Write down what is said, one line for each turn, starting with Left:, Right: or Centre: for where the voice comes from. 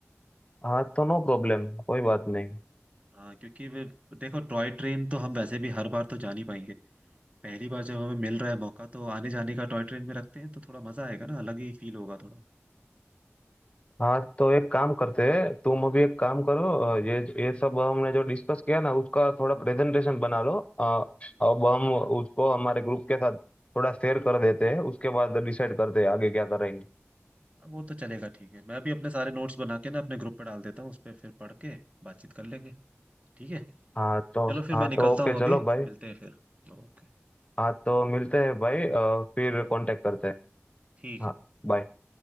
Left: हाँ तो नो प्रॉब्लम कोई बात नहीं हाँ
Right: हाँ क्योंकि वे देखो टॉय ट्रेन तो हम वैसे भी हर बार तो जा नहीं पाएंगे पहली बार जब हमें मिल रहा है मौका तो आने जाने का टॉय ट्रेन में रखते हैं तो थोड़ा मजा आएगा ना अलग ही फील होगा थोड़ा
Left: हाँ तो एक काम करते हैं तुम अभी एक काम करो अ, ये ये सब हमने जो डिस्कस किया ना उसका थोड़ा
Right: हम्म
Left: प्रेजेंटेशन बना लो अ,
Right: हम्म।
Left: अब हम उसको हमारे ग्रुप के साथ थोड़ा शेयर कर देते हैं उसके बाद डिसाइड करते हैं आगे क्या करेंगे
Right: वो तो चलेगा ठीक है मैं भी अपने सारे नोट्स बना के ना अपने ग्रुप पे डाल देता हूँ उस पर फिर पढ़ के बातचीत कर लेंगे ठीक है
Left: हाँ तो
Right: चलो फिर
Left: हाँ
Right: मैं निकलता
Left: तो ओके
Right: हूँ अभी
Left: चलो भाई
Right: मिलते हैं फिर ओके
Left: हाँ तो मिलते हैं भाई अ, फिर
Right: ओके
Left: कांटेक्ट करते हैं
Right: ठीक
Left: हाँ
Right: है
Left: bye।